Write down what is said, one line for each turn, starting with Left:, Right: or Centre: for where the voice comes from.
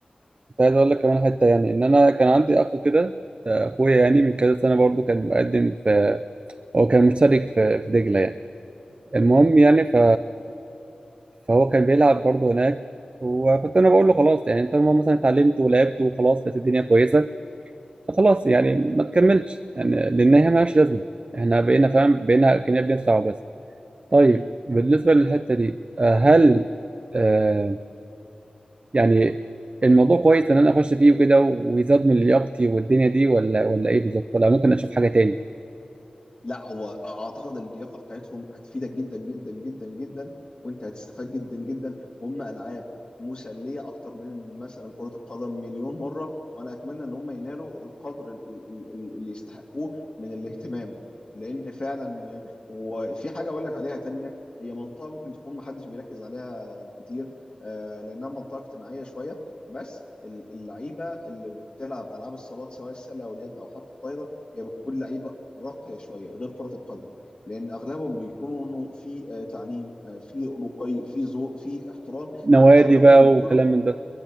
Right: كنت عايز اقول لك كمان حته يعني ان انا كان عندي اخ كده اخويا يعني من كذا سنه برضو كان مقدم في هو كان مشترك في في دجله يعني المهم يعني ف... فهو كان بيلعب برضه هناك وكنت انا بقول له خلاص يعني انت لما مثلا اتعلمت ولعبت وخلاص لقيت الدنيا كويسه فخلاص يعني ما تكملش يعني لان هي مالهاش لازمه احنا بقينا فاهم بقينا كنا بندفع بس طيب
Left: <clears throat>
Right: بالنسبه للحته دي آه، هل آه يعني الموضوع كويس ان انا اخش فيه وكده ويزاد من لياقتي والدنيا دي ولا ولا ايه بالظبط ولا ممكن اشوف حاجه تاني
Left: لا هو اعتقد اللياقه بتاعتهم هتفيدك جدا جدا جدا جدا وانت هتستفاد جدا جدا وهم العاب مسليه اكتر من مثلا كره القدم مليون مره وانا اتمنى ان هم ينالوا القدر ال- ال- ال- اللي يستحقوه من الاهتمام لان فعلا وفي حاجه اقول لك عليها تانية هي منطقه ممكن تكون محدش بيركز عليها كتير آه، لانها منطقه اجتماعيه شويه بس ال- اللعيبه اللي بتلعب العاب الصالات سواء السله او اليد او حتى الطايره هي بتكون لعيبه راقية شوية غير كرة القدم لأن أغلبهم بيكونوا في آه، تعليم آه، في رقي في ذوق في احترام
Right: نوادي
Left: لأن أغلبهم
Right: بقى
Left: بيكونوا
Right: وكلام من ده